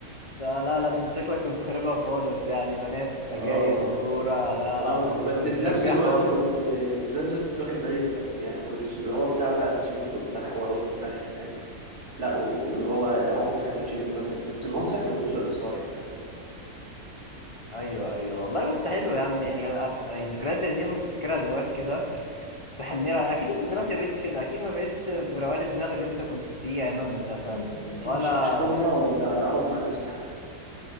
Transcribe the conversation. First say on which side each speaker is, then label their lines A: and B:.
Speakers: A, on the left; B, on the right.
A: ده لا لا ده انت شكلك كنت خاربها خالص يعني بنات
B: <laughs>
A: وسجاير
B: اه
A: وكورة لا
B: اه
A: لا ده انت
B: بس
A: كنت
B: في
A: شبيح
B: نفس الوقت
A: خالص
B: كنت في نفس الوقت كنت واخد بالي من نفسي يعني ما كنتش اللي هو بتاع بقى مشاكل وبتاع حوارات وبتاع خناقات لا و- واللي هو عمري في حياتي ما شلت ماده كنت ناصح وفي نفس الوقت صايع فاهم
A: ايوه ايوه والله بس حلو
B: يعني
A: يا عم يعني أف- يعني ذكريات زي دي اما تفتكرها دلوقتي كده تحن لها اكيد انت دلوقتي ما بقتش كده اكيد ما بقتش بروقان الدماغ اللي انت كنت فيه ايام المدرسة
B: دلوقتي
A: ولا
B: مش مش فاضي اقعد اقعد مع نفسي حتى